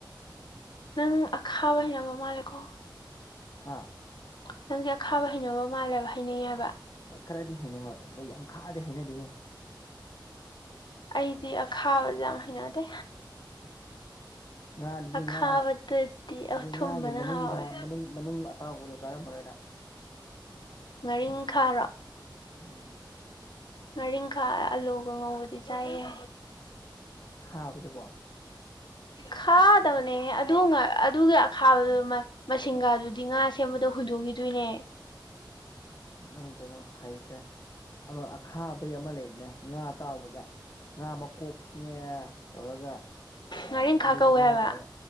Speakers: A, on the left (about 65°); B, on the left (about 45°).
A: ꯅꯪ ꯑꯈꯥꯕ ꯍꯩꯅꯕ ꯃꯥꯜꯂꯦꯀꯣ
B: ꯍꯥꯥ
A: ꯅꯪꯖ‌ꯦ ꯑꯈꯥꯕ ꯍꯩꯅꯕ ꯃꯥꯜꯂꯦꯕ ꯍꯩꯅꯩ ꯌ‌ꯦ ꯍꯥꯏꯕ
B: ꯈꯔꯥ ꯈꯔꯥꯗꯤ ꯍꯩꯅꯩ ꯍꯣꯏ ꯑꯗꯣ ꯌꯥꯝ ꯈꯥꯔꯗꯤ ꯍꯩꯅꯗꯦꯍꯦ
A: ꯑꯩꯗꯤ ꯑꯈꯥꯕꯖ‌ꯦ ꯌꯥꯝ ꯍꯩꯅꯗꯦ
B: ꯉꯥ ꯑꯗꯨꯗꯤ
A: ꯑꯈꯥꯕꯗꯗꯤ
B: ꯉꯥ ꯑꯗꯨꯏ
A: ꯑꯊꯨꯝꯕꯅ
B: ꯉꯥꯒꯤ ꯃꯅꯨꯡꯁꯥ
A: ꯍꯥꯎꯋꯦ
B: ꯃꯅꯨꯡ ꯃꯅꯨꯡ ꯑꯇꯥꯎꯕꯗꯣ ꯆꯥꯔꯝ ꯃꯔꯣꯏ ꯅꯪ
A: ꯉꯥꯔꯤꯡ ꯈꯥ ꯔꯣ
B: ꯎꯝ
A: ꯉꯥꯔꯤꯡꯈꯥ ꯑꯂꯨꯒ ꯉꯧꯕꯗꯤ ꯆꯥꯏꯌꯦ
B: ꯈꯥꯕꯗꯨꯕ‌ꯣ
A: ꯈꯥꯗꯕꯅꯦꯍꯦ ꯑꯗꯨ ꯉꯥ ꯑꯗꯨꯒꯤ ꯑꯈꯥꯕꯗꯨ ꯃꯥ ꯃꯁꯤꯡꯒꯥꯥ ꯗꯨꯗꯤ ꯉꯥ ꯁꯦꯝꯕꯗ ꯍꯨꯟꯗꯣꯛ ꯒꯤꯗꯣꯏꯅꯦ
B: ꯅꯪ ꯀꯩꯅꯣ ꯍꯩꯇ꯭ꯔꯦ ꯑꯃꯥ ꯑꯈꯥꯕꯩ ꯑꯃꯥ ꯂꯩꯕꯅꯦ ꯉꯥ ꯑꯇꯥꯎꯕꯗ ꯉꯥ ꯃꯥ ꯀꯣꯛꯅꯦ ꯇꯧꯔꯒ ꯑꯥꯝ
A: ꯉꯥꯔꯤꯡꯈꯥ
B: ꯑꯂꯨꯅꯦ
A: ꯀꯧꯋꯦ ꯍꯥꯏꯕ
B: ꯇꯧꯔꯒ